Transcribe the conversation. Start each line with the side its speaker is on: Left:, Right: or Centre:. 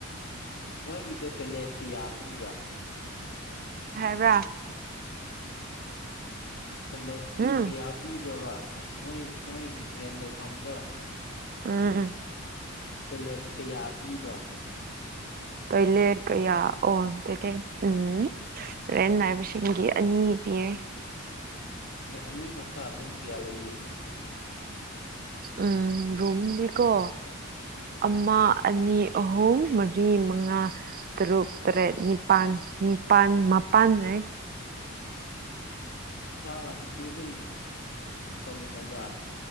Left: ꯅꯣꯏꯒꯤꯗꯣ ꯇꯣꯏꯂꯦꯠ ꯀꯌꯥ ꯄꯤꯕ꯭ꯔꯥ
Right: ꯍꯥꯏꯦꯕ꯭ꯔ
Left: ꯇꯣꯏꯂꯦꯠ
Right: ꯎꯝ
Left: ꯀꯌꯥ ꯄꯤꯕ꯭ꯔꯕ ꯅꯣꯏ ꯅꯣꯏꯒꯤ ꯇ꯭ꯔꯦꯟ ꯂꯩꯐꯝꯗꯣ
Right: ꯎꯝ ꯎꯝ
Left: ꯇꯣꯏꯂꯦꯠ ꯀꯌꯥ ꯄꯤꯕ꯭ꯔꯥ
Right: ꯇ ꯂꯩꯔ ꯀꯌꯥ ꯑꯣ ꯎꯝ ꯔꯦꯟ ꯅꯥꯏꯕꯁꯤꯡꯒꯤ ꯑꯅꯤ ꯄꯤꯔꯦ
Left: ꯑꯦ ꯑꯅꯤ ꯍꯞꯇꯥ ꯔꯨꯝꯝ ꯀꯌꯥ ꯂꯩꯌꯦ
Right: ꯎꯝ ꯔꯨꯝꯗꯤꯀꯣ ꯑꯃ
Left: ꯎꯝ
Right: ꯑꯅꯤ ꯑꯍꯨꯝ ꯃꯔꯤ ꯃꯉꯥ ꯇꯔꯨꯛ ꯇꯔꯦꯠ ꯅꯤꯄꯥꯜ ꯅꯤꯄꯥꯜ ꯃꯄꯥꯟ ꯍꯥꯏ
Left: ꯑꯁ ꯅꯨꯄꯥꯒ ꯅꯨꯄꯤ ꯑꯗꯨꯝ ꯇꯧꯃꯤꯟꯅꯕ꯭ꯔꯥ